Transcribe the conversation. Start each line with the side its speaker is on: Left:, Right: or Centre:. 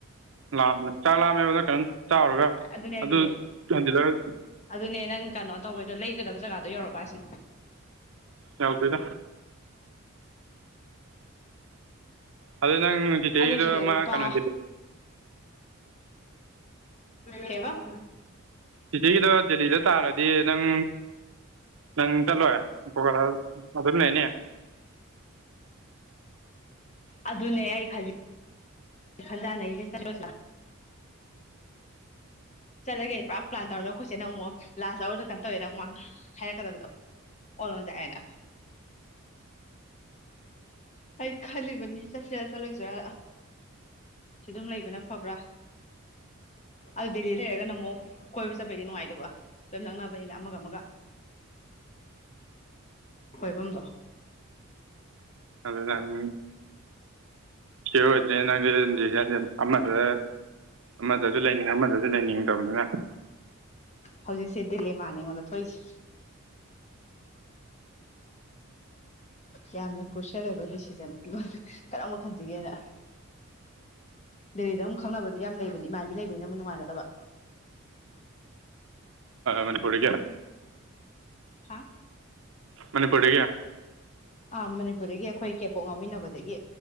Right: ꯂꯥꯛꯑꯝꯃꯦ ꯆꯥ ꯂꯥꯛꯝꯃꯦꯕꯗ ꯀꯩꯅꯣꯝ ꯇ ꯆꯥꯎꯔꯒ
Left: ꯑꯗꯨꯅꯦ ꯑꯩꯗꯤ
Right: ꯑꯗꯨ ꯊꯣꯟꯖꯤꯜꯂꯒ
Left: ꯑꯗꯨꯅꯦ ꯅꯪ ꯀꯩꯅꯣ ꯇꯧꯕꯩꯗꯣ ꯂꯩꯒꯗꯕ ꯖꯒꯥꯗꯣ ꯌꯧꯔꯛꯄ ꯍꯥꯏꯁꯦ
Right: ꯌꯥꯎꯗꯦꯗ ꯑꯗꯨ ꯅꯪ ꯆꯤꯆꯦꯒꯤꯗꯣ
Left: ꯑꯗꯨ ꯁꯤꯗ
Right: ꯃꯥ
Left: ꯂꯨꯄꯥ
Right: ꯀꯩꯅꯣ
Left: ꯀꯦꯕ <unintelligible>
Right: ꯁꯤꯤꯇꯤꯒꯤꯗꯣ ꯗꯦꯜꯂꯤꯗ ꯇꯥꯔꯗꯤ ꯅꯪ ꯅꯪ ꯆꯠꯂꯣꯏ ꯀꯣ ꯑꯗꯨꯝ ꯂꯩꯅꯦ
Left: ꯑꯗꯨꯅꯦ ꯑꯩ ꯈꯖꯩ ꯈꯟꯗꯥ ꯂꯩꯁꯦ ꯆ ꯆꯠꯂꯒꯦ ꯄꯨꯔꯥ ꯄ꯭ꯂꯥꯟꯧꯔꯤꯃꯤ ꯑꯩꯈꯣꯏꯦ ꯅꯪ ꯑꯃꯨꯛ ꯂꯥꯁ ꯑꯔꯗ ꯀꯟꯅ ꯇꯧꯋꯦ ꯅꯪ ꯑꯃꯛꯥꯡꯅ ꯍꯥꯏꯔꯛꯀꯕꯗꯣ ꯀꯣꯥꯏꯅ ꯑꯩ ꯈꯜꯂꯤꯕꯅꯤ ꯆꯠꯁꯤꯔꯥ ꯆꯠꯂꯨꯁꯤꯔꯥ ꯁꯤ ꯑꯗꯨꯝ ꯂꯩꯕꯅ ꯐꯕ꯭ꯔꯥ ꯑꯗꯨ ꯗꯦꯜꯂꯤ ꯂꯩꯔꯒꯅ ꯑꯃꯨꯛ ꯀꯣꯏꯕ ꯆꯠꯄꯩꯗꯤ ꯅꯨꯡꯉꯥꯏꯗꯕ ꯂꯝ ꯅꯛꯅꯕꯅꯤꯅ ꯑꯃꯒ ꯑꯃꯒ ꯈꯣꯏꯐꯝꯗꯣ
Right: ꯑꯗꯨ ꯇꯥꯡ <unintelligible> ꯑꯃꯗ ꯑꯃꯗꯁꯨ ꯂꯩꯅꯤꯡꯉ ꯑꯃꯗꯁꯨ ꯂꯩꯅꯤꯡꯉꯗꯕꯗꯨꯅ
Left: ꯍꯧꯖꯤꯛꯁꯦ ꯗꯦꯜꯂꯤ ꯃꯥꯅꯤ ꯑꯩꯉꯣꯟꯗ ꯊꯣꯛꯏꯁꯦ ꯌꯥꯝꯅ ꯀ꯭ꯔꯨꯁꯤꯌꯦꯜ ꯑꯣꯏꯕ ꯗꯤꯁꯤꯖꯟ ꯑꯩꯉꯣꯟꯗ ꯀꯔꯝꯕꯛ ꯈꯟꯁꯤꯒꯦꯅ ꯗꯦꯜꯂꯤꯗ ꯑꯗꯨꯝ ꯈꯪꯅꯕꯗꯨ ꯌꯥꯝ ꯂꯩꯕꯅꯤ ꯏꯃꯥꯟꯗꯤ ꯂꯩꯕꯅꯤꯅ ꯑꯃꯨꯛ ꯅꯨꯡꯉꯥꯏꯒꯗꯕ
Right: ꯃꯅꯤꯄꯨꯗꯒꯤ
Left: ꯍꯥ
Right: ꯃꯅꯤꯄꯨꯔꯗꯒ
Left: ꯑ ꯃꯅꯤꯄꯨꯔꯗꯒꯤ ꯑꯩꯈꯣꯏ ꯀꯦꯄꯣꯛ ꯉꯥꯎꯃꯤꯟꯅꯕꯗꯒꯤ